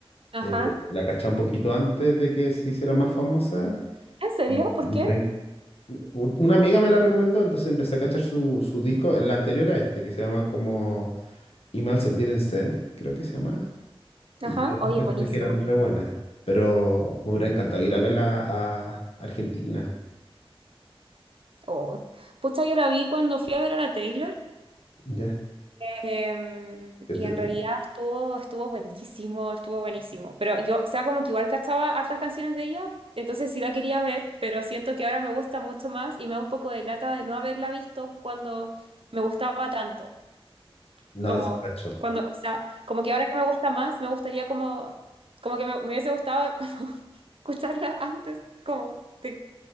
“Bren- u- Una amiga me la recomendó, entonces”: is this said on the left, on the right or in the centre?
Left